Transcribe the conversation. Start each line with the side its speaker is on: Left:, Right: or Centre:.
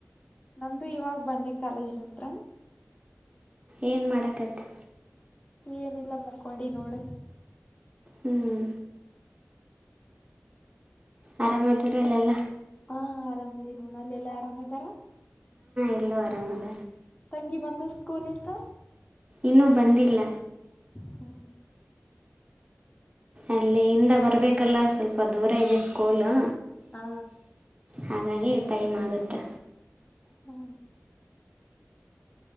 Left: ನಂದು ಇವಾಗ ಬಂದೆ ಕಾಲೇಜ್ ಹತ್ರ
Right: ಏನ್ ಮಾಡಕತ್ತೆ
Left: ಏನಿಲ್ಲ ಮುಕ್ಕೊಂಡಿ ನೋಡ
Right: ಹ್ಮ್ ಆರಾಮ್ ಇದೀರ ಎಲ್ಲ
Left: ಹಾ ಆರಾಮದಿ ನೋಡ ಅಲ್ಲಿಲ್ಲಾ ಆರಾಮ್ ಇದ್ದಾರ
Right: ಎಲ್ಲ ಆರಮ ಮುಂದ
Left: ತಂಗಿ ಬಂದ ಸ್ಕೋಲ್ ಇಂದ
Right: ಇನ್ನೂ ಬಂದಿಲ್ಲ
Left: ಹ
Right: ಅಲ್ಲಿಯಂದ ಬರಬೇಕಲ್ಲ ಸ್ವಲ್ಪ ದೂರ ಇದೆ ಸ್ಕೂಲು
Left: ಹಾ
Right: ಹಾಗಾಗಿ ಟೈಮ್ ಆಗುತ್ತೆ
Left: ಹ್ಮ